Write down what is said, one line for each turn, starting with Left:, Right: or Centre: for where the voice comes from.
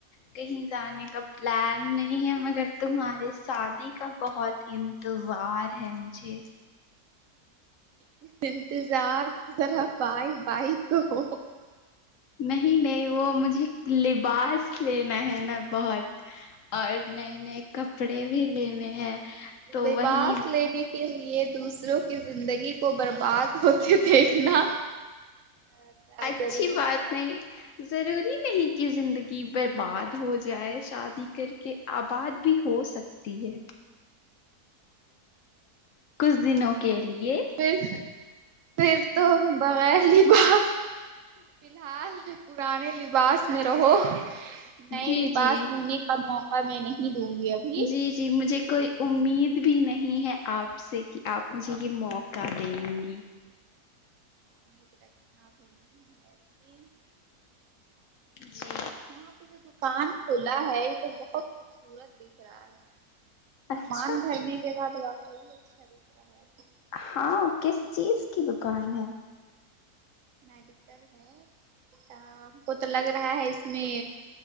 Left: کہیں جانے کا پلان نہیں ہے مگر تمہارے شادی کا بہت انتظار ہے مجھے
Right: اس انتظار کو ذرا بائے بائے کہو
Left: نہیں نہیں وہ مجھے لباس لینا ہے نا بہت اور نئے نئے کپڑے بھی لینے ہیں تو
Right: لباس
Left: وہی
Right: لینے کے لیے دوسروں کی زندگی کو برباد ہوتے دیکھنا کیا
Left: اچھی
Right: ضروری
Left: بات
Right: ہے
Left: نہیں ضروری نہیں کہ زندگی برباد ہو جائے شادی کر کے آباد بھی ہو سک تی ہے کچھ دنوں کے لیے
Right: پھر پھر تو بغیر لی بات فی الحال پرانے لباس میں رہو نئے
Left: جی
Right: لباس
Left: جی
Right: ہونے کا موقع میں نہیں دوں گی ابھی
Left: جی جی مجھے کوئی امید بھی نہیں ہے آپ سے کہ آپ مجھے یہ موقع دیں گی
Right: <unintelligible> اد رکھنا بھی نہیں ہے اب
Left: جی
Right: یہاں پہ جو دکان کھلا ہے یہ تو بہت خوبصورت دکھ رہا ہے سامان
Left: اچھا
Right: بھرنے کے بعد واقعی اچھا دکھ رہا ہے
Left: ہاں کس چیز کی دکان ہے
Right: میڈیکل ہےہاں ہم کو تو لگ رہا ہے اس میں